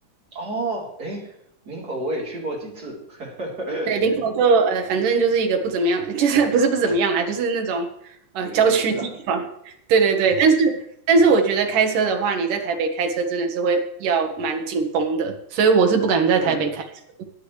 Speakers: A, on the right (about 25°); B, on the right (about 70°).
A: 哦，诶，林口我也去过几次，<laughs>
B: 对，林口就呃，反正就是一个不怎么样，<laughs> 就是不是不怎么样啦，就是那种呃郊区地方。
A: 有夜市啊，
B: 对对对，但是但是我觉得开车的话，你在台北开车真的是会要蛮紧绷的，所以我是不敢在台北开车。
A: 嗯。